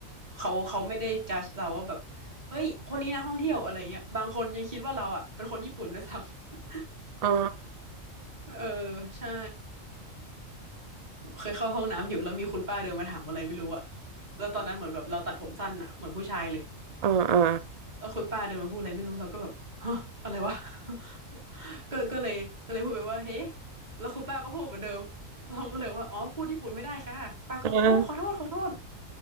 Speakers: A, on the right (about 35°); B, on the right (about 50°).
A: เขาเขาไม่ได้จัดเราว่าแบบเฮ้ยคนนี้นะท่องเที่ยวอะไรเงี้ยบางคนยังคิดว่าเราอะเป็นคนญี่ปุ่นด้วยซ้ำ
B: อ๋อ
A: <laughs> เออใช่เคยเข้าห้องน้ำอยู่แล้วมีคุณป้าเดินมาถามอะไรไม่รู้อะแล้วตอนนั้นเหมือนแบบเราตัดผมสั้นอะเหมือนผู้ชายเลย
B: อ๋ออ๋อ
A: เออคุณป้าเดินมาพูดอะไรไม่รู้เราก็แบบฮะอะไรวะ <laughs> ก็ก็เลยก็เลยพูดไปว่าเฮ้แล้วคุณป้าก็พูดเหมือนเดิมเราก็เลยว่าอ๋อพูดญี่ปุ่นไม่ได้ค่ะป้าก็โอ้ขอโทษขอโทษ
B: อ๋อ